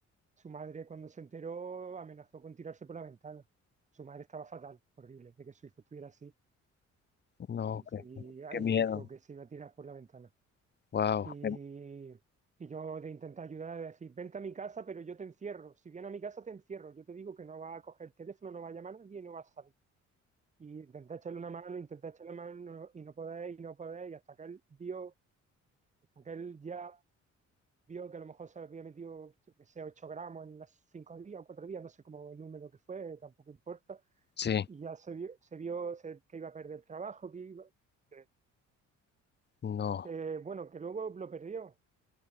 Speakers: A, on the right; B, on the left.
A: su madre cuando se enteró amenazó con tirarse por la ventana. Su madre estaba fatal, horrible, de que su hijo estuviera así,
B: No,
A: y, su-
B: qué,
A: y y
B: qué miedo.
A: dijo que se iba a tirar por la ventana.
B: Wow,
A: Y, y yo de intentar ayudar, de decir, vente a mi casa, pero yo te encierro. Si viene a mi casa, te encierro. Yo te digo que no va a coger el teléfono, no va a llamar a nadie y no va a salir. Y intenté echarle una mano, intenté echarle una mano y no podéis, y no podéis. Y hasta que él vio, hasta que él ya vio que a lo mejor se había metido, yo que sé, 8 gramos en unos 5 días o 4 días, no sé cómo el número que fue, tampoco importa.
B: sí,
A: Y ya se vio, se vio se- que iba a perder el trabajo, que iba, que,
B: no,
A: que, bueno, que luego lo perdió.